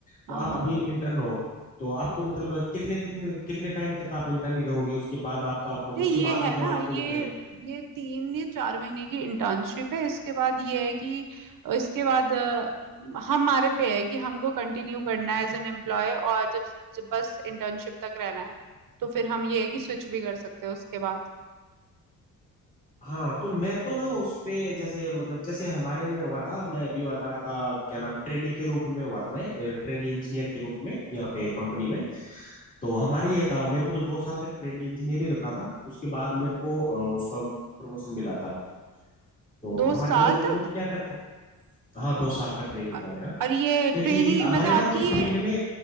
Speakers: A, on the left; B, on the right.
A: तो
B: हाँ
A: आप
B: हाँ
A: अभी इंटर्न हो तो आपको मतलब कितने दिन कितने टाइम तक आप इंटर्न ही रहोगे उसके बाद आपका promo-
B: नहीं
A: उसके
B: ये
A: बाद
B: है
A: मतलब
B: ना
A: आपको
B: ये
A: वो करेंगे
B: ये तीन या चार महीने की इंटर्नशिप है इसके बाद ये है कि अ, इसके बाद अ, हमारे पे है कि हमको कंटिन्यू करना है एज एन एम्प्लॉय और जब, जब बस इंटर्नशिप तक रहना है तो फिर हम ये है कि स्विच भी कर सकते हैं उसके बाद
A: हाँ तो मैं तो ना उस पे जैसे मतलब जैसे हमारे में हुआ था मैं भी हुआ था, था क्या नाम ट्रेनी के रूप में हुआ था मैं ट्रेनी इंजीनियर के रूप में यहाँ पे कंपनी में तो हमारी ये था मेरे को तो दो साल तक ट्रेनी इंजीनियर ही रखा था उसके बाद मेरे को अ, उसका प्रमोशन मिला था तो
B: दो
A: हमारे
B: साल
A: तो मतलब कि
B: तक
A: वो क्या करते हैं, हाँ दो साल का ट्रेनी
B: अ-
A: था मेरा
B: और ये ट्रेनी
A: क्योंकि हमारे
B: मतलब आपकी
A: ना कुछ
B: ये
A: फील्ड में